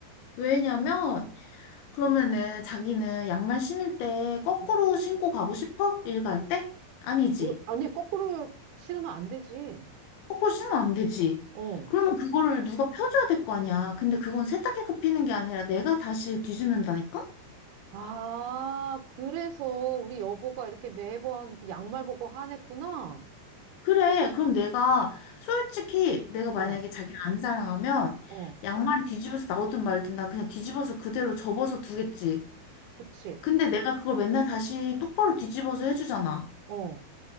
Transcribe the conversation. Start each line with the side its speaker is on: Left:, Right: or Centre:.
Left: 왜냐면, 그러면은 자기는 양말 신을 때 거꾸로
Right: 음.
Left: 신고 가고 싶어? 일갈 때? 아니지.
Right: 어, 아니, 거꾸로 신으면 안 되지.
Left: 거꾸로 신으면 안 되지.
Right: 어.
Left: 그러면 그거를 누가 펴줘야 될 거 아니야. 근데 그건 세탁기가 피는 게 아니라 내가 다시 뒤집는다니까?
Right: 아, 그래서 우리 여보가 이렇게 매번 그 양말 보고 화냈구나.
Left: 그래. 그럼 내가, 솔직히 내가 만약에
Right: 응. 어,
Left: 자기를 안 사랑하면
Right: 어,
Left: 양말이 뒤집어서 나오든 말든 난 그냥 뒤집어서 그대로 접어서 두겠지.
Right: 그치.
Left: 근데 내가 그걸 맨날 다시 똑바로 뒤집어서 해주잖아.
Right: 어.